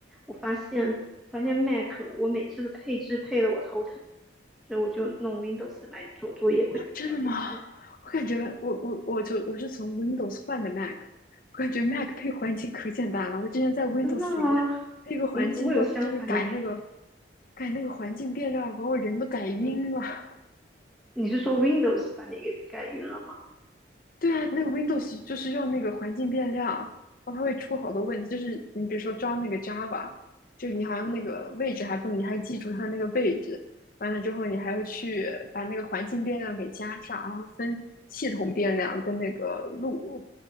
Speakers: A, in the centre; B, on the left.
A: 我发现发现 Mac 我每次的配置配得我头疼，所以我就弄 Windows 来做作业会比较简单。
B: 真的吗？我感觉我我我就我是从 Windows 换的 Mac，我感觉 Mac 配环境可简单了。我之前在 Windows
A: 真的吗？
B: 里面配一个环境要就是改那个
A: 我们怎么会有相反的感觉？
B: 改那个环境变量，把我人都改晕了。
A: 嗯，你是说 Windows 把你给改晕了吗？
B: 对啊，那个 Windows 就是用那个环境变量，然后它会出好多问题。就是你比如说装那个 Java，就你好像那个位置还不能你还记住它那个位置，
A: 嗯，
B: 完了之后你还要去把那个环境变量给加上，然后分系统变量跟那个路